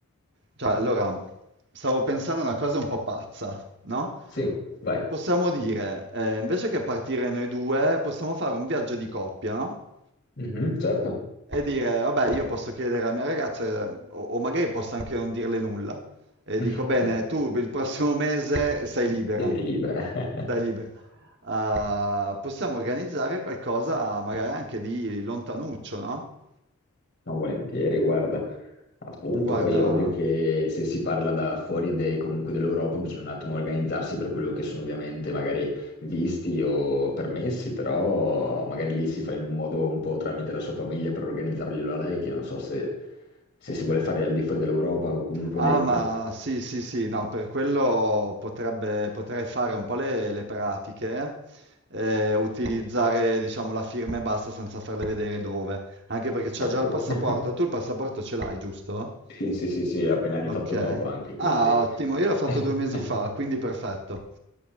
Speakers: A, on the right (about 50°); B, on the left (about 50°).
A: cioè, allora, stavo pensando a una cosa un po' pazza, no?
B: Sì, vai.
A: Possiamo dire, eh, invece che partire noi due, possiamo fare un viaggio di coppia, no?
B: Mhm, certo.
A: e dire, vabbè, io posso chiedere alla mia ragazza, o, o magari posso anche non dirle nulla, e dico,
B: <laughs>
A: bene, tu per il prossimo mese sei libera,
B: Senti libera. <laughs>
A: sei libera. Ah, possiamo organizzare qualcosa magari anche di lontanuccio, no?
B: No, volentieri, guarda. Appunto,
A: Guarda,
B: poi è ovvio che se si parla da fuori dei- comunque dell'Europa bisogna un attimo organizzarsi per quello che sono ovviamente magari visti o permessi, però magari lì si fa in un modo un po' tramite la sua famiglia per organizzarglielo a lei, che non so se, se si vuole fare al di fuori dell'Europa o comunque
A: ah,
B: dentro.
A: ma sì, sì, sì, no, per quello potrebbe, potrei fare un po' le, le pratiche, eh, utilizzare, diciamo, la firma e basta senza farle vedere dove, anche perché c'ha
B: Certo.
A: già il passaporto.
B: <laughs>
A: Tu il passaporto ce l'hai, giusto?
B: Sì, sì, sì, sì, è appena rifatto
A: Ok.
B: nuovo anche, quindi...
A: Ah, ottimo, io l'ho fatto
B: <laughs>
A: due mesi fa, quindi perfetto.